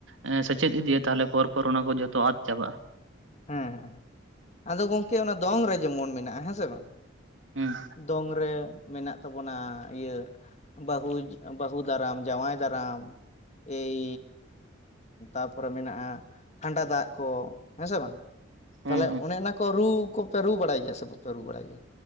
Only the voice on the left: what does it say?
ᱦᱮᱸ ᱦᱮᱸ ᱟᱫᱚ ᱜᱚᱝᱠᱮ ᱚᱱᱟ ᱫᱚᱝ ᱨᱮ ᱡᱮᱢᱚᱱ ᱢᱮᱱᱟᱜᱼᱟ ᱦᱮᱸ ᱥᱮ ᱵᱟᱝ
ᱫᱚᱝ ᱨᱮ ᱢᱮᱱᱟᱜ ᱛᱟᱵᱚᱱᱟ ᱤᱭᱟᱹ ᱵᱟᱹᱦᱩ ᱵᱟᱹᱦᱩ ᱫᱟᱨᱟᱢ ᱡᱟᱶᱟᱭ ᱫᱟᱨᱟᱢ ᱮᱭ ᱮᱸ ᱛᱟᱯ ᱯᱚᱨᱮ ᱢᱮᱱᱟᱜᱼᱟ ᱠᱷᱟᱱᱰᱟ ᱫᱟᱜ ᱠᱚ ᱦᱮᱸ ᱥᱮ ᱵᱟᱝ
ᱛᱟᱦᱚᱞᱮ ᱚᱱᱮ ᱚᱱᱟ ᱠᱚ ᱨᱩ ᱠᱚ ᱯᱮ ᱨᱩ ᱵᱟᱲᱟᱭ ᱜᱮᱭᱟ ᱥᱮ ᱵᱟᱯᱮ ᱨᱩ ᱵᱟᱲᱟᱭ ᱜᱮᱭᱟ